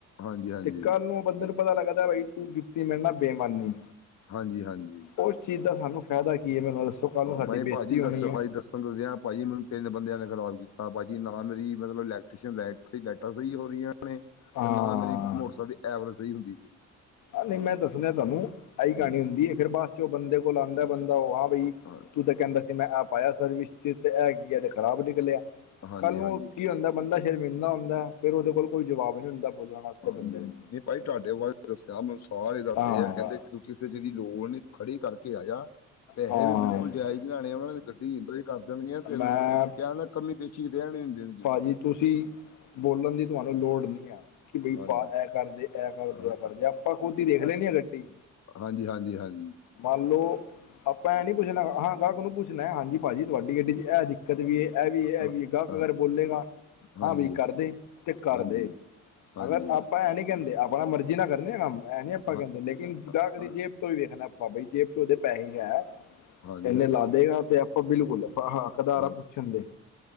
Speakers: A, on the left (about 60°); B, on the left (about 80°).
A: ਹਾਂਜੀ, ਹਾਂਜੀ।
B: ਤੇ ਕਾੱਲ ਨੂੰ ਓ ਬੰਦੇ ਨੂੰ ਪਤਾ ਲਾਗਦਾ ਭਾਈ, ਤੂੰ ਕੀਤੀ ਮੇਰੇ ਨਾਲ ਬੇਮਾਨੀ
A: ਹਾਂਜੀ-ਹਾਂਜੀ।
B: ਓਸ ਚੀਜ ਦਾ ਸਾਨੂੰ ਫੈਦਾ ਕੀ ਏ ਮੈਨੂੰ ਏ ਦੱਸੋ? ਕੱਲ੍ਹ ਨੂੰ
A: ਹਾਂ,
B: ਸਾਡੀ
A: ਮੈਂ ਕੇਆ
B: ਬੇਇੱਜ਼ਤੀ
A: ਭਾਜੀ,
B: ਹੋਣੀ
A: ਦੱਸੋ
B: ਹੈ
A: ਭਾਜੀ ਦੱਸੋ। ਤੁਹਾਨੂੰ ਦੱਸੇਆ ਭਾਜੀ, ਮੈਨੂੰ ਤਿੰਨ ਬੰਦੇਆ ਨੇ ਖ਼ਰਾਬ ਕੀਤਾ, ਭਾਜੀ ਨਾ ਮੇਰੀ ਮਤਲਬ ਇਲੈਕਟਰੀਸ਼ਨ ਲੈਟ ਨਾ ਲੈਟਾ ਸਹੀ ਹੋ ਰਈਆਂ ਨੇ, ਤੇ
B: ਹਾਂ
A: ਨਾ ਮੇਰੀ ਮੋਟਰਸੈਕਲ ਦੀ ਐਵਰੇਜ ਸਈ ਹੂੰਦੀ ਪਈ ਏ।
B: ਐਲੇ ਮੈਂ ਦੱਸਨਾ ਤੁਹਾਨੂੰ, ਐਈ ਕਹਾਣੀ
A: ਹਾਂਜੀ,
B: ਹੁੰਦੀ ਏ। ਫੇਰ ਬਾਚੋ ਓ ਬੰਦੇ ਕੋਲ ਆਂਦੈ ਬੰਦਾ ਓ ਹਾਂ ਬਈ,
A: ਹਾਂ,
B: ਤੂੰ ਤਾਂ ਕੈਦਾ ਸੀ ਮੈਂ ਆ ਪਾਏਆ ਸਰਵਿਸ 'ਚ ਤੇ ਤੈ ਐ ਕੀ ਐ, ਐ ਤੇ ਖਰਾਬ ਨਿਕਲੇਆ
A: ਹਾਂਜੀ,
B: ਕਾੱਲ ਨੂੰ
A: ਹਾਂਜੀ।
B: ਕੀ ਹੋਂਦਾ ਬੰਦਾ ਸ਼ਰਮਿੰਦਾ ਹੁੰਦੈ, ਫੇਰ ਓਦੇ ਕੋਲ ਕੋਈ ਜਵਾਬ ਨੀ ਹੁੰਦਾ। ਬੋਲਣ ਵਾਸਤੇ
A: ਹਾਂਜੀ-ਹਾਂਜੀ,
B: ਬੰਦੇ ਨੂੰ
A: ਨੀ ਭਾਜੀ ਤੁਆਡੇ ਬਾਰੇ ਦੱਸੇਆ ਮੈਨੂੰ ਸਾਰੇ ਦਾਸਦੇ
B: ਹਾਂ
A: ਆ, ਕੈਦੇ ਕਿਉਂਕਿ ਤੇ ਜੇ ਏਦੀ ਲੋੜ ਨੀ ਤੂੰ ਖੜੀ ਕਾਰਕੇ ਆ ਜਾ, ਪੈਹੇ
B: ਹਾਂ
A: ਵੀ ਬਿਲਕੁਲ ਜੈਜ ਨੀ ਲੈਣੇ ਓਣਾ ਨੇ ਤੇ ਗੱਡੀ ਈ ਕਰ ਦੇਣਗੀਆਂ ਤੈਨੂੰ,
B: ਮੈਂ
A: ਕੈਣ ਡੀਆ ਕਮੀ ਪੇਸ਼ੀ ਰੈਣ ਈ ਨੀ ਦੇਣਗੇ।
B: ਜੀ, ਤੂਸੀ ਬੋਲਨ ਦੀ ਤੁਹਾਨੂੰ ਲੋੜ ਨੀ ਐ। ਕਿ ਬਈ
A: ਹਾਂਜੀ
B: ਭਾਅ ਐ ਕਾਰਦੇ, ਐ ਕਾਰਦੇ,
A: ਹਾਂ
B: ਐ ਕਾਰਦੇ ਆਪਾਂ ਖੁਦ ਈ ਦੇਖ ਲੈਂਨੇ ਆ ਗੱਡੀ।
A: ਹਾਂਜੀ-ਹਾਂਜੀ, ਹਾਂਜੀ।
B: ਮੰਨ ਲੋ, ਆਪਾਂ ਐਂ ਨੀ ਪੁੱਛਨਾ ਹਾਂ। ਗਾਹਕ ਨੂੰ ਪੁੱਛਨਾ ਹਾਂਜੀ‌ ਭਾਜੀ, ਤੁਹਾਡੀ ਗੱਡੀ ਦੀ ਐ ਦਿੱਕਤ ਵੀ ਐ। ਐ ਵੀ ਏ ਐ
A: ਹਾਂ
B: ਵੀ ਏ ਗਾਹਕ
A: ਹਾਂ
B: ਅਗਰ ਬੋਲੇਗਾ,
A: ਹਾਂਜੀ,
B: ਹਾਂਵੀ ਕਾਰਦੇ ਤੇ ਕਾਰ
A: ਹਾਂਜੀ,
B: ਦੇ।
A: ਹਾਂਜੀ
B: ਅਗਰ ਆਪਾਂ ਐ ਨੀ ਕੈਂਦੇ- ਆਪਾ ਮਰਜ਼ੀ ਨਾ ਕਰਨੇ ਆ ਕਾੰਮ ਐ ਨੀ ਆਪਾਂ
A: ਹਾਂ
B: ਕੈਂਦੇ,
A: ਹਾਂ
B: ਲੇਕਿਨ ਗਾਹਕ ਦੀ
A: ਹਾਂ-
B: ਜੇਬ ਤੋਂ ਵੀ ਵੇਖਨਾ ਪ ਬਾਬਾ ਜੀ ਜੇਬ ਚ ਓਦੇ ਪੈਹੇ ਈ ਐ,
A: ਹਾਂਜੀ,
B: ਏਨੇ
A: ਹਾਂਜੀ,
B: ਲਾ ਦੇਨ ਤੇ ਆਪਾਂ ਬਿਲਕੁਲ ਹਾਂ ਹਾਕਦਾਰਾ
A: ਹਾਂ
B: ਪੁ- ਅਛੇ ਹੂੰਦੇ।